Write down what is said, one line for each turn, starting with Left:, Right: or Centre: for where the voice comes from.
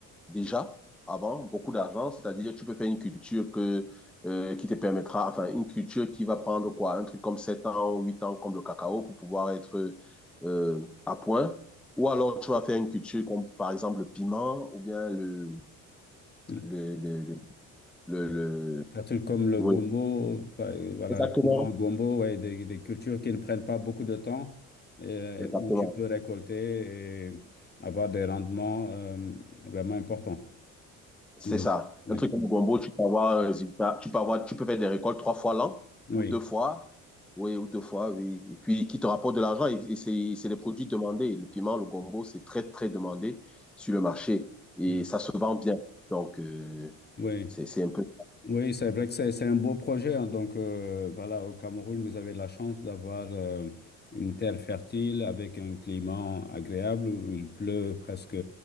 Centre: déjà avant beaucoup d'argent, c'est-à-dire tu peux faire une culture que, euh, qui te permettra, enfin une culture qui va prendre quoi, un truc comme 7 ans, ou huit ans comme le cacao pour pouvoir être euh, à point. Ou alors tu vas faire une culture comme par exemple le piment ou bien le...
Left: Le-
Centre: le, le, le, le- le-
Left: Un comme le
Centre: Oui,
Left: gombo, par- voilà,
Centre: exactement.
Left: le piment gombo, ouais, des, des cultures qui ne prennent pas beaucoup de temps, euh,
Centre: Exactement.
Left: où tu peux récolter et avoir des rendements euh, vraiment importants.
Centre: C'est
Left: Oui,
Centre: ça.
Left: oui,
Centre: Un truc comme le gombo, tu peux avoir un résultat, tu peux avoir, tu peux faire des récoltes trois fois l'an
Left: oui,
Centre: ou deux fois. Oui, ou deux fois, oui. Et puis, qui te rapporte de l'argent, et, et c'est c'est des produits demandés. Le piment, le gombo, c'est très, très demandé sur le marché. Et
Left: oui.
Centre: ça se vend bien. Donc, euh,
Left: oui.
Centre: c'est c'est un peu
Left: Oui, c'est vrai que c'est c'est un beau projet. hein. Donc, euh, voilà, au Cameroun, vous avez la chance d'avoir euh, une terre fertile avec un climat agréable où il pleut presque,